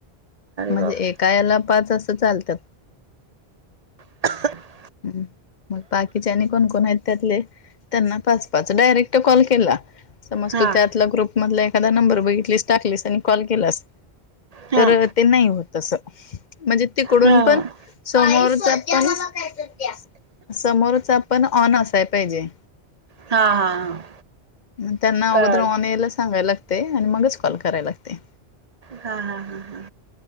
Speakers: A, on the left; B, on the right.
A: म्हणजे
B: बाप
A: एका याला पाच अस चालत्यात.
B: <inaudible>
A: हम् मग बाकीच्यानी आणि कोण कोण आहेत त्यातले त्यांना पाच पाच डायरेक्ट कॉल केला समज
B: हां
A: तू त्या ग्रुपमध एखादा नंबर बघितलीस, टाकलीस आणि कॉल केलास
B: हां
A: तर ते नाही होत अस. म्हणजे तिकडून
B: हां हां
A: पण समोरच पण समोरचा पण ऑन असाय पाहिजे.
B: हां हां
A: म त्यांना
B: कळाल
A: अगोदर ऑन यायला सांगायला लाग ते आणि मगच कॉल कराय लागते.
B: हा हा हा हा.